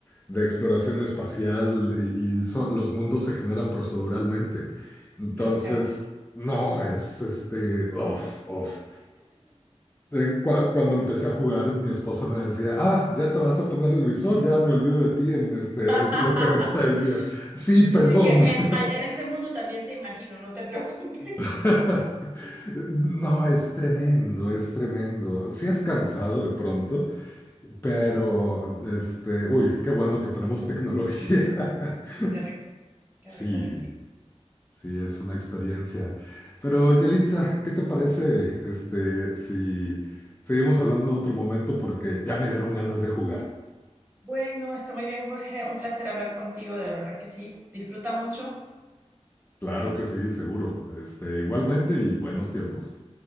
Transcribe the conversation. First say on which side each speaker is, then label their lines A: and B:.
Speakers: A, on the left; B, on the right.
A: de exploración espacial y, y son- los mundos se generan proceduralmente. Entonces,
B: Dios, qué rico.
A: no es este off, off. Eh, cua- Cuando empecé a jugar, mi esposa me decía, ah, ya te vas a poner el visor, ya me olvido de ti en este,
B: <laughs>
A: el- lo que resta del día. Sí, perdón.
B: Y tú, y que en, en ese mundo también te imagino, no te <laughs> preocupes.
A: <laughs> No, es tremendo, es tremendo. Sí es cansado de pronto, pero este, uy, qué bueno que tenemos tecnología. <laughs>
B: Sí, Qué rico, qué
A: Sí,
B: rico que sí.
A: sí, es una experiencia. Pero Yelitza, ¿qué te parece este, si seguimos hablando en otro momento? Porque ya me dieron ganas de jugar.
B: Bueno, está muy bien, Jorge. Un placer hablar contigo, de verdad que sí. Disfruta mucho.
A: Claro que sí, seguro. Este, igualmente y buenos tiempos.